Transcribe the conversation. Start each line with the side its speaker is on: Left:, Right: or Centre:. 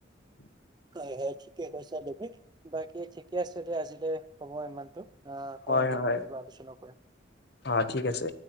Right: হয় হয়। ঠিকে কৈছা তুমি বাকী ঠিকে আছে দিয়া আজিলৈ হ'ব ইমানতো আকৌ
Left: হয়
Right: এদিন
Left: হয়
Right: কেতিয়াবা আলোচনা কৰিম।
Left: অ ঠিক আছে